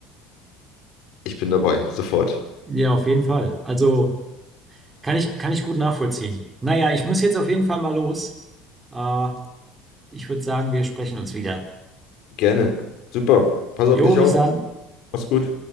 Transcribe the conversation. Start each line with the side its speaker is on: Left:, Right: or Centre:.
Left: ich bin dabei, sofort.
Right: Ja, auf jeden Fall. Also. Kann ich, kann ich gut nachvollziehen. Naja, ich muss jetzt auf jeden Fall mal los. Äh, ich würde sagen, wir sprechen uns wieder.
Left: Gerne. Super. Pass auf
Right: Jo,
Left: dich auf.
Right: bis dann.
Left: Mach's gut.